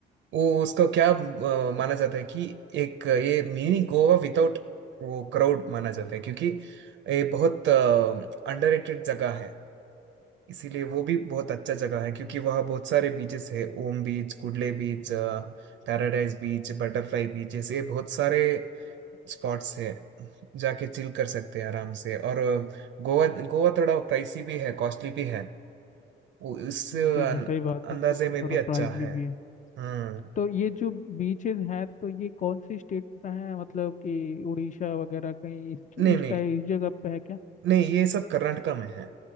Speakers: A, on the right; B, on the left.
A: वो उसको क्या अ, माना जाता है कि एक ये मिनी गोवा विदाउट वो क्राउड माना जाता है क्योंकि ये बहुत अंडररेटेड जगह है इसीलिए वो भी बहुत अच्छा जगह है क्योंकि वहाँ बहुत सारे बीचेस है ओम beach Kudle beach paradise beach butterfly beach ऐसे बहुत सारे स्पॉट्स है जाके चिल कर सकते हैं आराम से और अ, गोवा गोवा थोड़ा प्राइसी भी है कॉस्टली भी है वो इस अन-
B: जी जी सही बात
A: अंदाजे
B: है तो वहाँ
A: में
B: थोड़ा
A: भी अच्छा
B: प्राइजली
A: है
B: भी है
A: हम्म
B: तो ये जो बीचेस हैं तो ये कौन सी स्टेट में है मतलब कि उड़ीसा वगैरह कहीं इस
A: नहीं
B: इस
A: नहीं
B: टाइप इस जगह पे है क्या
A: नहीं ये सब कर्नाटका में है